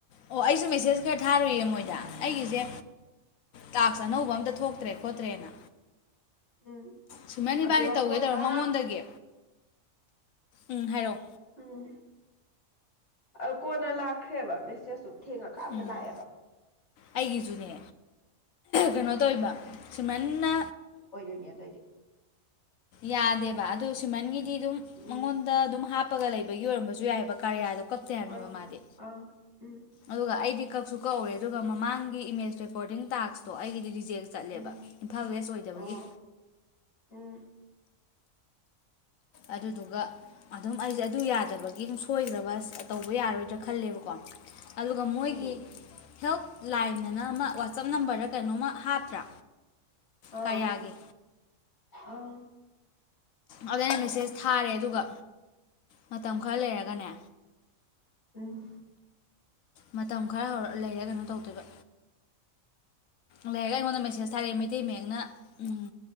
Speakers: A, on the left; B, on the left.
A: ꯑꯣ ꯑꯩꯁꯨ ꯃꯦꯁꯦꯁ ꯈꯔ ꯊꯥꯔꯨꯏꯌꯦ ꯃꯣꯏꯗ ꯑꯩꯒꯤꯖꯦ ꯇꯥꯛꯁ ꯑꯅꯧꯕ ꯑꯝꯇ ꯊꯣꯛꯇ꯭ꯔꯦ ꯈꯣꯠꯇ꯭ꯔꯦꯅ
B: ꯎꯝ
A: ꯁꯤꯃꯔꯟ
B: ꯑꯗꯨꯒ
A: ꯏꯕꯥꯅꯤ ꯇꯧꯒꯦ
B: ꯀꯣꯟꯅ
A: ꯇꯧꯔ ꯃꯉꯣꯟꯗꯒꯤ ꯎꯝ ꯍꯥꯏꯔꯛꯑꯣ
B: ꯎꯝ ꯑ ꯀꯣꯟꯅ ꯂꯥꯛꯈ꯭ꯔꯦꯕ ꯃꯦꯁꯦꯁꯇꯨ ꯊꯦꯡꯉꯀꯥꯟꯗ
A: ꯎꯝ
B: ꯂꯥꯛꯑꯦꯕ
A: ꯑꯩꯒꯤꯁꯨꯅꯦ ꯀꯩꯅꯣ ꯇꯧꯏꯕ ꯁꯤꯃꯔꯟꯅ
B: ꯃꯤ ꯑꯇꯩꯗꯤ
A: ꯌꯥꯗꯦꯕ ꯑꯗꯨ ꯁꯤꯃꯔꯟꯒꯤꯗꯤ ꯑꯗꯨꯝ
B: ꯎꯝ
A: ꯃꯉꯣꯟꯗ ꯑꯗꯨꯝ ꯍꯥꯞꯄꯒ ꯂꯩꯕꯒꯤ ꯑꯣꯏꯔꯝꯕꯁꯨ ꯌꯥꯏꯑꯦꯕ ꯀꯥꯔꯌꯥꯗꯣ ꯀꯛꯇꯦ ꯍꯥꯏꯕꯅꯤꯕ
B: ꯑꯣꯏꯔꯝꯒꯅꯤ
A: ꯃꯥꯗꯤ
B: ꯑꯥ ꯎꯝ
A: ꯑꯗꯨꯒ ꯑꯩꯗꯤ ꯀꯛꯁꯨ ꯀꯛꯎꯔꯦ ꯑꯗꯨꯒ ꯃꯃꯥꯡꯒꯤ ꯏꯃꯦꯖ ꯔꯦꯀꯣꯔꯗꯤꯡ ꯇꯥꯛꯁꯇꯣ ꯑꯩꯒꯤꯗꯤ ꯔꯤꯖꯦꯛ ꯆꯠꯂꯦꯕ
B: ꯎꯝ
A: ꯏꯝꯐꯥꯜ ꯋꯦꯁ ꯑꯣꯏꯗꯕꯒꯤ
B: ꯑꯣ ꯎꯝ
A: ꯑꯗꯨꯗꯨꯒ ꯑꯗꯨꯝ ꯑꯩꯖꯦ ꯑꯗꯨ ꯌꯥꯗꯕꯒꯤ ꯗꯨꯝ ꯁꯣꯏꯈ꯭ꯔꯕ ꯑꯁ ꯇꯧꯕ ꯌꯥꯔꯔꯣꯏꯗ꯭ꯔꯥ ꯈꯜꯂꯦꯕꯀꯣ ꯑꯗꯨꯒ ꯃꯣꯏꯒꯤ
B: ꯎꯝ
A: ꯍꯦꯜꯞ ꯂꯥꯏꯟ ꯑꯅ ꯑꯃ ꯋꯥꯆꯞ ꯅꯝꯕꯔꯗ ꯀꯩꯅꯣꯝꯃ ꯍꯥꯞꯇ꯭ꯔꯥ
B: ꯑꯥ
A: ꯀꯔꯤꯌꯥꯒꯤ
B: ꯑꯪ
A: ꯑꯗꯨꯗ ꯑꯩꯅ ꯃꯦꯁꯦꯖ ꯊꯥꯔꯦ ꯑꯗꯨꯒ ꯃꯇꯝ ꯈꯔ ꯂꯩꯔꯒꯅꯦ
B: ꯎꯝ
A: ꯃꯇꯝ ꯈꯔ ꯍꯧꯔ ꯂꯩꯔꯒ ꯑꯃꯨꯛ ꯇꯧꯗꯣꯏꯕ ꯂꯣꯏꯔꯒ ꯑꯩꯉꯣꯟꯗ ꯃꯦꯁꯦꯁ ꯊꯥꯔꯛꯑꯦ ꯃꯩꯇꯩ ꯃꯌꯦꯛꯅ ꯎꯝ